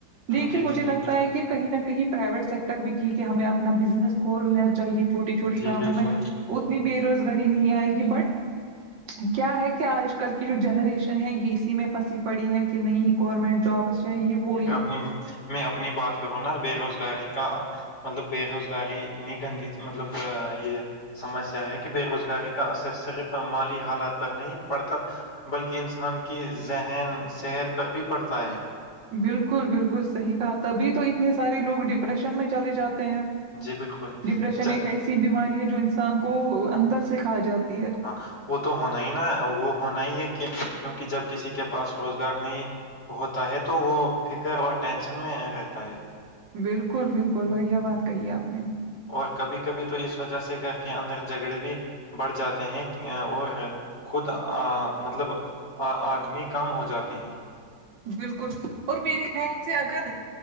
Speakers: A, on the right; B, on the left.
A: دیکھیے
B: جی
A: مجھے
B: جی بالکل
A: لگتا ہے کہ کہیں نہ کہیں پرائیویٹ سیک اب تک بھی ٹھیک ہے ہمیں اپنا بزنس کھولنا چاہیے چھوٹی چھوٹی
B: جی
A: کاموں
B: بالکل
A: میں اتنی بے روزگاری نہیں آئے گی بٹ کیا ہے کہ آج کل کی جو جنریشن ہے یہ اسی میں پھنسی پڑی ہے کہ نہیں گورنمنٹ جابس چاہیے وو یہ
B: اب میں اپنی بات کروں نا تو بے روزگاری کا مطلب بے روزگاری اتنی گندی چ مطلب یہ سمسیا ہے کہ بے روزگاری کا اثر صرف مالی حالات پر نہیں پڑتا بلکہ انسان کی ذہن صحت پر بھی پڑتا ہے
A: بالکل بالکل صحیح کہا تبھی تو اتنے سارے لوگ ڈپریشن میں چلے جاتے ہیں
B: جی بالکل
A: ڈپریشن
B: ج-
A: ایک ایسی بیماری ہے جو انسان کو اندر سے کھائی جاتی ہے
B: ہاں وہ تو ہونا ہی نا وہ ہونا ہی ہے کہ کیونکہ جب کسی کے پاس روزگار نہیں ہوتا ہے تو وہ فکر اور ٹینشن میں رہتا ہے
A: بالکل بالکل بڑھیا بات کہی آپ نے
B: اور کبھی کبھی تو اس وجہ سے گھر کے اندر جھگڑے بھی بڑھ جاتے ہیں کے اور خود ا مطلب ا آدمی کم ہو جاتے ہیں
A: بالکل اور میرے خیال سے اگر